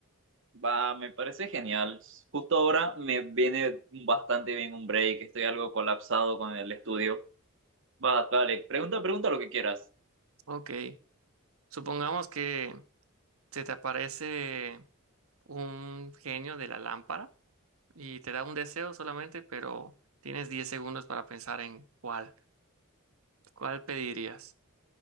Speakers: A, on the right; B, on the right.
A: Va, me parece genial. Justo ahora me viene bastante bien un break. Estoy algo colapsado con el estudio. Va, vale. Pregunta, pregunta lo que quieras.
B: Ok, supongamos que se te aparece un genio de la lámpara. y te da un deseo solamente, pero tienes 10 segundos para pensar en cuál, cuál pedirías.